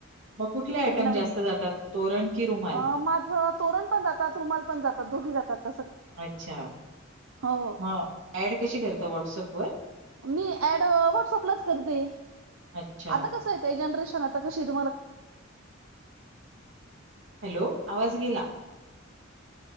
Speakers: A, on the right (about 60°); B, on the right (about 80°).
A: मग कुठले आयटम
B: आणि नवीन
A: जास्त जातात तोरण की रुमाल.
B: अ तोरण पण जातात, रुमाल पण जातात दोघी जातात <unintelligible>
A: अच्छा,
B: हो
A: मग ऍड कशी करता? व्हॉट्सअप वर?
B: मी ऍड व्हॉट्सअपलाच करते
A: अच्छा.
B: आता कसं येत जनरेशन आता कशी आहे तू
A: हॅलो, आवाज गेला...